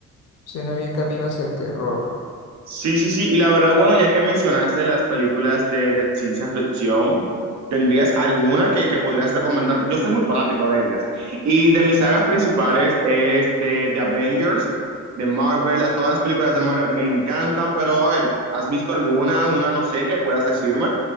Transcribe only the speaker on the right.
Sí, sí, sí. Y la verdad, bueno, ya que mencionaste las películas de, de ciencia ficción, ¿tendrías alguna que, que podrías recomendar? Yo soy muy fanático de ellas. Y de mis sagas principales es de, de Avengers, de Marvel, las, todas las películas de Marvel me encantan, pero a ver, ¿has visto alguna, una no sé, que puedas decirme?